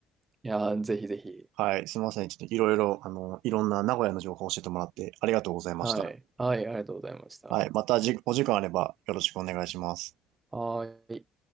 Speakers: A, on the right; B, on the right.
A: いやー、ぜひぜひ。
B: はい。すみません。ちょっといろいろ、あの、いろんな名古屋の情報を教えてもらってありがとうございました。
A: はい。はい、ありがとうございました。
B: はい。
A: は
B: またじ、お時間あればよろしくお願いします。
A: ーい。